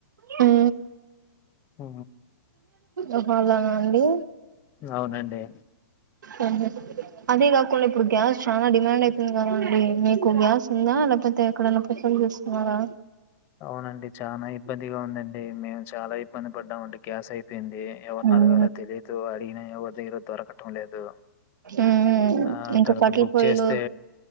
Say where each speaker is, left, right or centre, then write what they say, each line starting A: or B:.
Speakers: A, on the right; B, on the left.
A: మ్
B: ఆ
A: ఓహొ అలానా అండి
B: అవునండి
A: ఉహుమ్ అదే కాకుండా, ఇప్పుడు గ్యాస్ చాలా డిమాండ్ అయితుంది. కదండి మీకు గ్యాస్ ఉందా లేకపోతే ఎక్కడైనా ప్రిఫర్ చేస్తున్నారా.
B: అవునండి చాలా ఇబ్బందిగా ఉందండి మేము చాలా ఇ ఇబ్బంది పడ్డాము అండి గ్యాస్ అయిపేయింది ఎవరిని
A: ఉమ్
B: అడగాలో తెలిదు అడిగినా ఎవరి దగ్గర దొరకటం, లేదు
A: ఉమ్
B: ఆ
A: ఇంకా
B: తర్వాత
A: కట్టెల
B: బుక్
A: పొయ్యిలు
B: చేస్తే